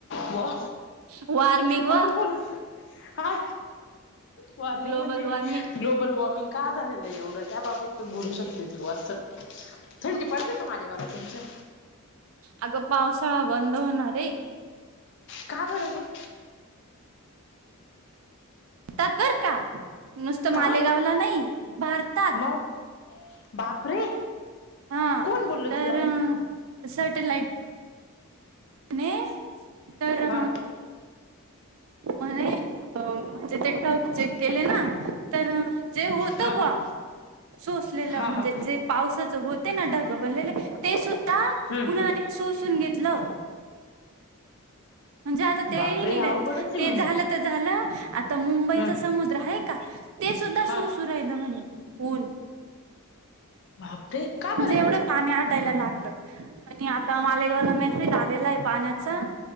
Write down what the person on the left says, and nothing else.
वॉ
असं बोलायचं. हा वॉर्निंग
म्हणते मी,
ग्लोबल वॉर्मिंग का झालेलं आहे एवढं, त्या बाबीत बोलू शकते. तू अस थंडी पडते का मालेगावला तुमच्या?
का बर ग?
हा
मग
बापरे.
कोण बोलल
तुला
हा
हा
हा
हा
हा
हम्म
बापरे
अवघडच
आहे
मग हे
हम्म
हा
बापरे का -